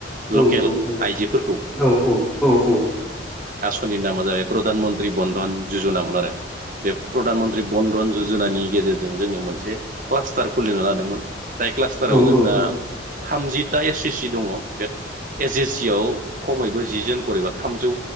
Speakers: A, in the centre; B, on the right.
A: औ-
B: लकेल
A: औ- औ
B: आइजोफोरखौ
A: -औ -औ- औ -औ।
B: -नि नामााया प्रधान मन्त्रि बन्द धन जुजुनामोन आरो। बे प्रधानमन्त्रि बन्दधन ज'जनानि गेजेरजों जोङो मोनसे क्लास्टार खुलिनो लादोंमोन । जाय क्लास्टाराव
A: औ
B: जोंना
A: औ औ
B: थामजिटा एस एस सि दङ बे एस एस सि आव खमैबो जि जोन खर एबा थामजौ